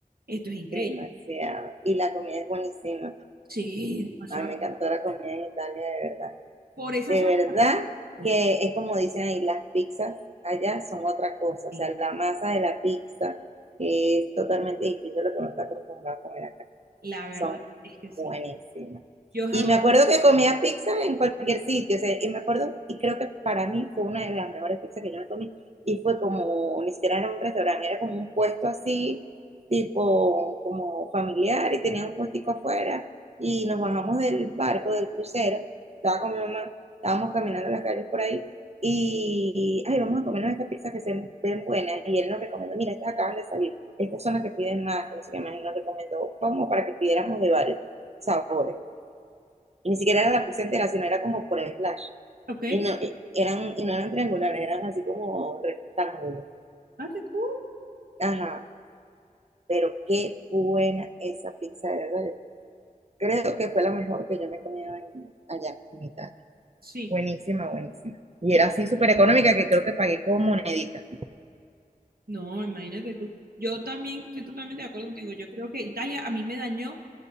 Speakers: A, on the right; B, on the right.
A: esto es increíble.
B: Demasiado. Y la comida es buenísima.
A: Sí, demasiado.
B: Ay, me encantó la comida en Italia, de verdad.
A: Por esa
B: De
A: zona.
B: verdad
A: <laughs>
B: que es como dicen ahí, las pizzas allá son otra cosa. O
A: Sí,
B: sea, la masa de la pizza es totalmente distinta a lo que uno está acostumbrado a comer acá
A: la verdad
B: son
A: es que sí.
B: buenísimas.
A: Yo jamás,
B: Y me acuerdo que comía pizza en cualquier sitio, o sea, y me acuerdo, y creo que para mí fue una de las mejores pizzas que yo me comí, y fue como, ni siquiera era un restaurante, era como un puesto así, tipo, como familiar, y tenía un puestico afuera, y nos bajamos del barco, del crucero, estaba con mi mamá, estábamos caminando las calles por ahí, y, ay, vamos a comernos esta pizza que se ven buena, y él nos recomendó, mira, estas acaban de salir, estas son las que piden más, que no sé qué más, y nos recomendó como para que pidiéramos de varios sabores. Y ni siquiera era la pizza entera sino era como por slash.
A: ok.
B: Y no, y eran, y no eran triangulares, eran así como rectángulos.
A: Ah, qué cool.
B: Ajá, pero qué buena esa pizza, de verdad. Yo creo que fue la mejor que yo me he comido en- allá en Italia.
A: Sí,
B: Buenísima, buenísima. Y
A: yo,
B: era así súper económica que creo que pagué con moneditas
A: no, imagínate tú. Yo también estoy totalmente de acuerdo contigo. Yo creo que Italia a mí me dañó